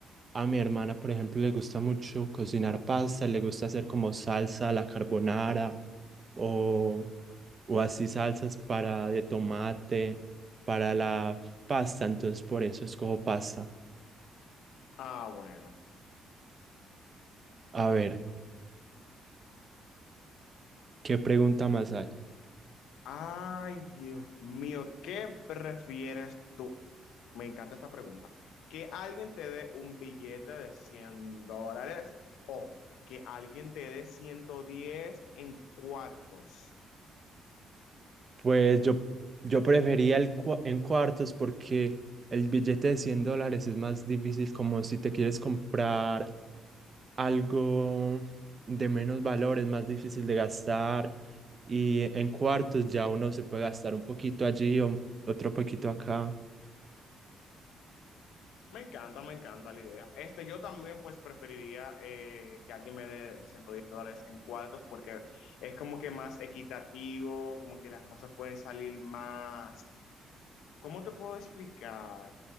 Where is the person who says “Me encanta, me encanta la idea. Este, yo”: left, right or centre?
Left